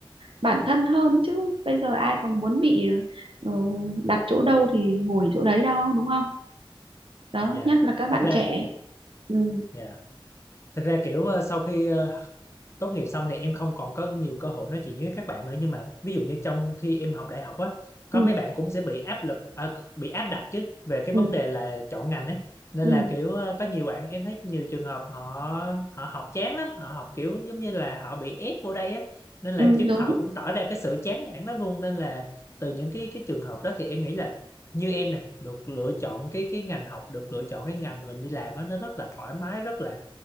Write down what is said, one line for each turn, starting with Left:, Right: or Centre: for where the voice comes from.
Right: bản thân hơn chứ bây giờ ai còn muốn bị ờ, đặt chỗ đâu thì ngồi chỗ đấy đâu đúng không đó
Left: dạ
Right: nhất là các bạn
Left: thật ra
Right: trẻ ừ,
Left: dạ thật ra kiểu ờ, sau khi ờ, tốt nghiệp xong thì em không còn có nhiều cơ hội nói chuyện với các bạn nữa nhưng mà ví dụ như trong khi em học đại học á có
Right: ừ,
Left: mấy bạn cũng sẽ bị áp lực à, bị áp đặt chứ về cái
Right: ừ,
Left: vấn đề là chọn ngành ấy nên
Right: ừ,
Left: là kiểu ờ, có nhiều bạn em thấy nhiều trường hợp họ họ học chán lắm họ học kiểu giống như là họ bị ép vô đây á nên
Right: ừ,
Left: là chính
Right: đúng
Left: họ cũng tỏ ra cái sự chán nản lắm luôn nên là từ những cái cái trường hợp đó thì em nghĩ là như em nè được lựa chọn cái cái ngành học được lựa chọn cái ngành mình đi làm á nó rất là thoải mái rất là